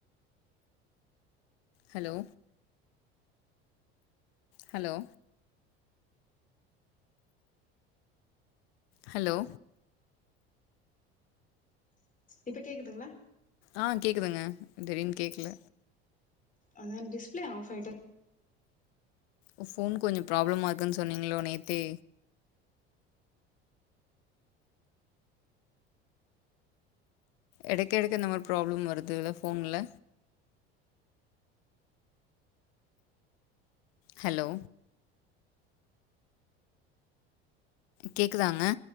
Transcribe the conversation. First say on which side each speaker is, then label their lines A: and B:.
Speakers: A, on the left; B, on the left.
A: ஹலோ ஹலோ ஹலோ
B: இப்ப கேக்குதுங்களா
A: ஆ கேட்குதுங்க தீடீர்ன் கேக்ல
B: அதான் டிஸ்பிளே ஆஃப் ஆயிட்டு
A: ஓ ஃபோன் கொஞ்சொ ப்ராப்ளமா இருக்குன் சொன்னீங்களோ நேத்தே எடைக்க எடைக்க இந்த மாறி ப்ராப்ளம் வருதுல ஃபோன்ல ஹலோ கேக்குதாங்க